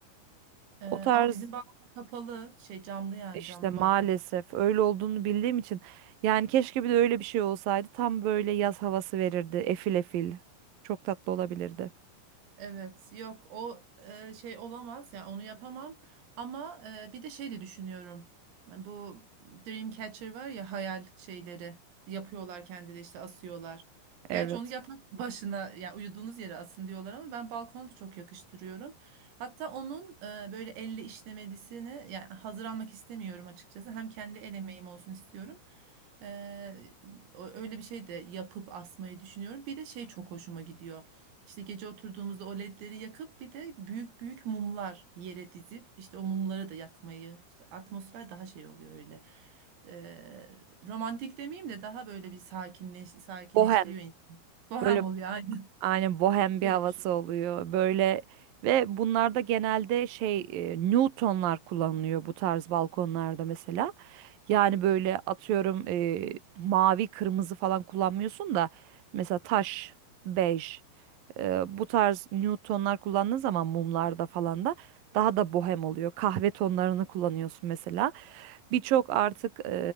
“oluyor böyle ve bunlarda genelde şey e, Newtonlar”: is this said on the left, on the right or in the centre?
Right